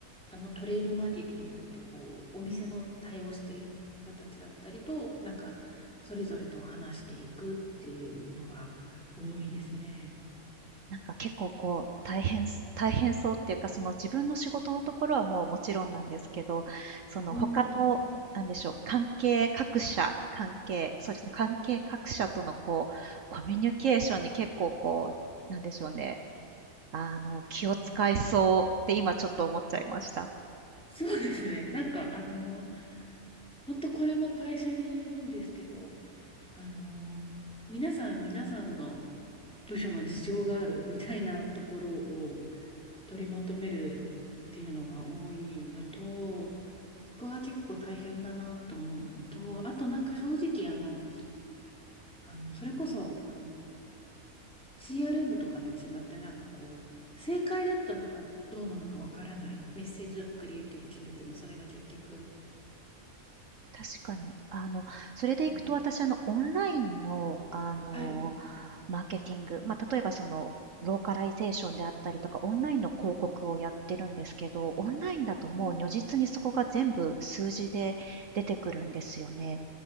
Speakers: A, in the centre; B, on the right (about 60°).
A: あの、トレードマーケティングってこう、お店の対応している人たちだったりと、なんか、それぞれと話していくっていうのが多いですね。
B: なんか結構こう、大変す大変そうっていうか、その自分の仕事のところはもうもちろんなんですけど、その他の、
A: うん。
B: なんでしょう、関係各社、関係そうですね、関係各社とのこう、コミュニケーションに結構こう、なんでしょうねあの、気を使いそうって今ちょっと思っちゃいました。
A: そうですね。なんか、あの、本当これも会社によるんですけど、あの、皆さん、皆さんの、部署の事情があるみたいなところを取りまとめるっていうのが多いのと、そこが結構大変だなと思うのと、あとなんか正直あの、あのそれこそあの CRM とかと違ってなんかこう、正解だったのがどうなのかわからない。メッセージとかクリエイティブ決めてもそれが結局、
B: 確かに。あの、それでいくと私、
A: うん
B: あの、オンラインの、あの、
A: はい、
B: マーケティング、まあ、例えばそのローカライゼーションであったりとか、オンラインの広告をやってるんですけど、オンラインだともう如実にそこが全部数字で出てくるんですよね。
A: うん